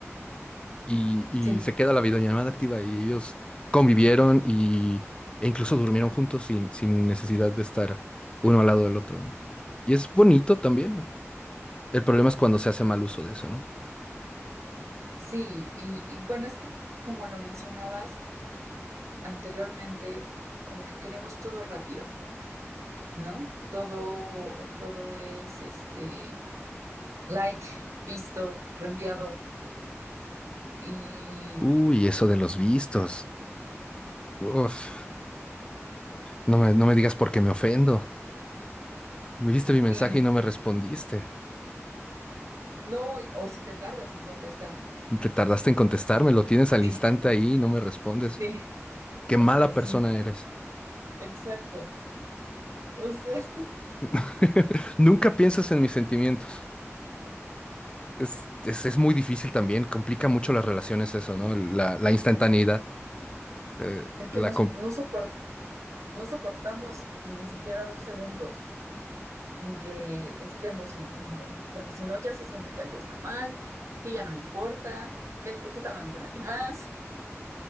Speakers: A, on the left; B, on the right.
A: Y,
B: Sí,
A: y se queda la videollamada activa y ellos convivieron y, e incluso durmieron juntos sin, sin necesidad de estar uno al lado del otro, ¿no? Y es bonito también. El problema es cuando se hace mal uso de eso, ¿no?
B: sí. Y, y bueno, es que como lo mencionabas anteriormente, como que queremos todo rápido. ¿no? Todo, todo es este like, visto, reenviado y,
A: Uy, eso de los vistos. Uf, no me, no me digas porque me ofendo. Me viste mi mensaje
B: y
A: y no me respondiste.
B: no, y- o si te tardas en contestar.
A: Te tardaste en contestarme, lo tienes al
B: Sí,
A: instante ahí y no me respondes.
B: sí,
A: Qué
B: o
A: mala
B: sea, sí,
A: persona eres.
B: exacto. O sea,
A: <laughs> Nunca piensas en mis sentimientos. Es, es, es muy difícil también, complica mucho las relaciones eso, ¿no? La, la instantaneidad. eh,
B: es que
A: la
B: nos,
A: com-
B: no sopor- no soportamos ni siquiera dos segundos sin que estemos en, en con- porque si no ya se siente que algo está mal, que ya no le importa, que, el- que está hablando con alguien más.